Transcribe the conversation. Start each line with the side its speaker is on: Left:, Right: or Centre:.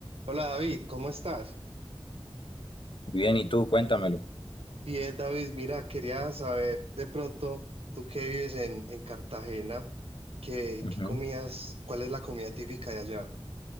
Right: Hola David, ¿cómo estás?
Left: Bien, y tú, cuéntamelo.
Right: Bien, David, mira, quería saber de pronto, tú que vives en, en Cartagena, ¿qué,
Left: Ujú.
Right: qué comías, cuál es la comida típica de allá?